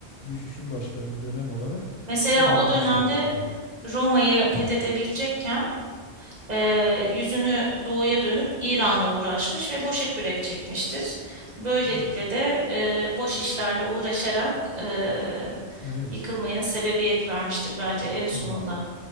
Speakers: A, on the left (about 90°); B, on the right (about 40°).
A: düşüşün başladığı dönem olarak
B: Mesela
A: o dönemi
B: o dönemde
A: söylüyorlar.
B: Roma'yı fethedebilecekken e, yüzünü doğuya dönüp İran'la uğraşmış ve boşa kürek çekmiştir. Böylelikle
A: Evet.
B: de e, boş işlerle uğraşarak e,
A: Evet.
B: yıkılmaya sebebiyet vermiştir bence en sonunda.
A: Evet.